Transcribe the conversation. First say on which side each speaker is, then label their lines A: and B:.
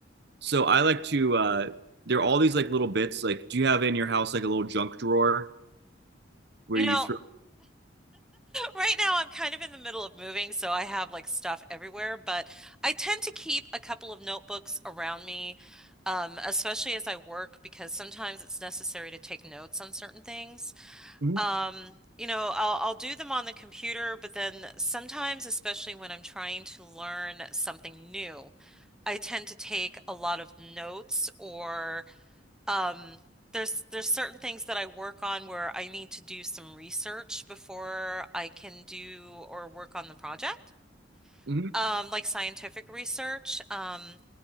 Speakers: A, on the right (about 60°); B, in the centre.
A: so i like to uh there are all these like little bits like do you have in your house like a little junk drawer where
B: You
A: you
B: know,
A: throw
B: Right now, I'm kind of in the middle of moving, so I have like stuff everywhere, but I tend to keep a couple of notebooks around me, um, especially as I work, because sometimes it's necessary to take notes on certain things.
A: Mhm,
B: Um, you know, I'll, I'll do them on the computer, but then sometimes, especially when I'm trying to learn something new, I tend to take a lot of notes or um, there's there's certain things that I work on where I need to do some research before I can do or work on the project.
A: mhm.
B: Um, like scientific research. Um,